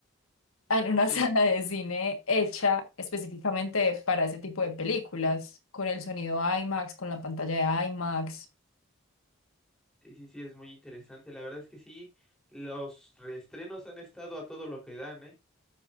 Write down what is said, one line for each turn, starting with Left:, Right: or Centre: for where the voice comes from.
Left: en una
Centre: Sí,
Left: <laughs> sala de cine hecha específicamente para ese tipo de películas, con el sonido IMAX, con la pantalla de IMAX.
Centre: sí, sí, sí, es muy interesante. La verdad es que sí, los reestrenos han estado a todo lo que dan, ¿eh?